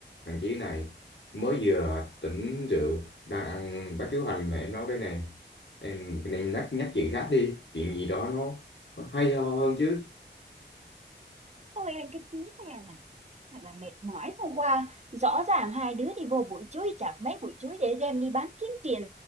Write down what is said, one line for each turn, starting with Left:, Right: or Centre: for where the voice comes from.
Left: thằng Chí này mới vừa tỉnh rượu đang ăn bát cháo hành mà em nấu đây này em nên nhắc nhắc chuyện khác đi chuyện gì đó nó, nó hay ho hơn chứ
Right: Ôi anh cái chí phèo này Thật là mệt mỏi hôm qua Rõ ràng hai đứa đi vô bụi chuối Chặt mấy bụi chuối để đem đi bán kiếm tiền